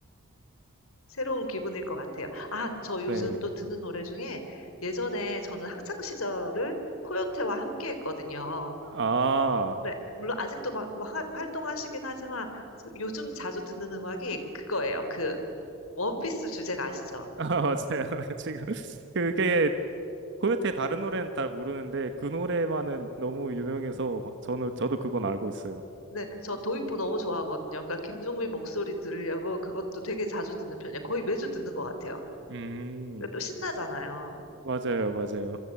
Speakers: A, on the left; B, on the right.
A: 새로운 기분일 것 같아요. 아, 저 요즘
B: 네.
A: 또 듣는 노래 중에 예전에 저는 학창 시절을 코요태와 함께 했거든요.
B: 아,
A: 네, 물론 아직도 막 화- 활동하시긴 하지만 저- 요즘 자주 듣는 음악이 그거예요. 그 원피스 주제가 아시죠?
B: <laughs> 아, 맞아요. <laughs> 지금 그게 코요테 다른 노래는 잘 모르는데 그 노래만은 너무 유명해서 저는 저도 그건 알고 있어요.
A: 네, 저 도입부 너무 좋아하거든요. 그러니까 김종민 목소리 들으려고 그것도 되게 자주 듣는 편이에요. 거의 매주 듣는 것 같아요.
B: 음,
A: 그리고 또 신나잖아요.
B: 맞아요, 맞아요.